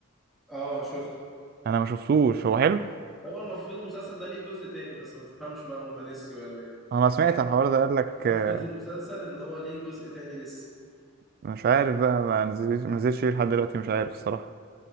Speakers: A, in the centre; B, on the right.
A: اه شفته
B: انا ما شفتوش هو حلو
A: هو المفروض المسلسل ده ليه جزء تاني بس ما تفهمش بقى هما نسيوا ولا ايه
B: انا سمعت عن الحوار ده قال لك آه،
A: قفلة المسلسل ان هو ليه جزء تاني لسه
B: مش عارف بقى ما نزلش ما نزلش ليه لحد دلوقتي مش عارف الصراحه